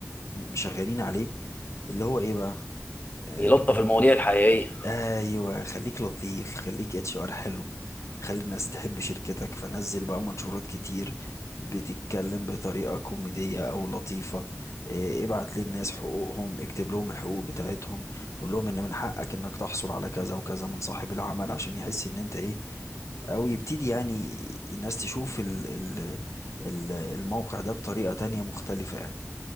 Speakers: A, on the left; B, on the left.
A: شغالين عليه اللي هو ايه بقى آه،
B: يلطف المواضيع الحقيقيه
A: ايوه خليك لطيف خليك اتش ار حلو خلي الناس تحب شركتك فنزل بقى منشورات كتير بتتكلم بطريقة كوميدية او لطيفة إيه، ابعت للناس حقوقهم اكتب لهم الحقوق بتاعتهم قول لهم ان من حقك انك تحصل على كذا وكذا من صاحب العمل عشان يحس ان انت ايه او يبتدي يعني الناس تشوف ال ال ال الموقع ده بطريقة تانية مختلفة يعني